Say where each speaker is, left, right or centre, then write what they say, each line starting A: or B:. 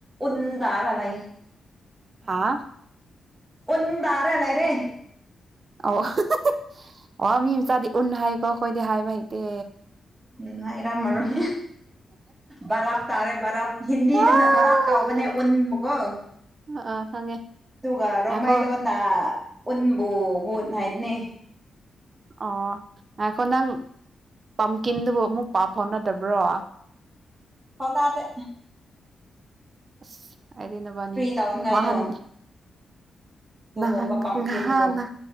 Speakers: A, on the right; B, on the right.
A: ꯎꯟ ꯇꯥꯔ ꯂꯩ
B: ꯍꯥꯥ
A: ꯎꯟ ꯇꯥꯔ ꯂꯩꯔꯦ
B: ꯑꯣ <unintelligible> ꯑꯣ ꯃꯤꯆꯥꯗꯤ ꯎꯟ ꯍꯥꯏ ꯀꯣ ꯈꯣꯏꯗꯤ ꯍꯥꯏꯕ ꯍꯩꯇꯦ
A: ꯎꯝ ꯍꯩꯔꯝꯃꯔꯣꯏ ꯕꯔꯞ ꯇꯥꯔꯦ ꯕꯔꯞ ꯍꯤꯟꯗꯅ
B: ꯑꯥ
A: ꯕꯔꯞ ꯇꯧꯕꯅꯦ ꯎꯟ ꯃꯒꯣ
B: ꯑꯥ ꯈꯪꯉꯦ
A: ꯑꯗꯨꯒ ꯔꯣꯡꯃꯩꯏ
B: ꯉꯥꯏꯈꯣ
A: ꯂꯣꯟꯅ ꯎꯟꯕꯨ ꯒꯨꯟꯠ ꯍꯥꯏꯕꯅꯦ
B: ꯑꯣ ꯉꯥꯏꯈꯣ ꯅꯪ ꯄꯝꯀꯤꯟꯗꯨꯕꯨ ꯑꯃꯨꯛ ꯄꯥꯎ ꯐꯥꯎꯅꯗꯕ꯭ꯔꯣ
A: ꯐꯥꯎꯅꯗꯦ
B: ꯑꯁ ꯑꯩꯗꯤ ꯅꯕꯥꯟꯅꯤ
A: ꯀ꯭ꯔꯤ ꯇꯧꯅꯤꯡꯉꯥꯏꯅꯣ
B: ꯃꯥꯍꯥꯟ
A: ꯑꯗꯨꯒꯨꯝꯕ
B: ꯅꯍꯥꯟ
A: ꯄꯝꯀꯤꯟꯕꯨ
B: ꯉꯍꯥꯟꯅ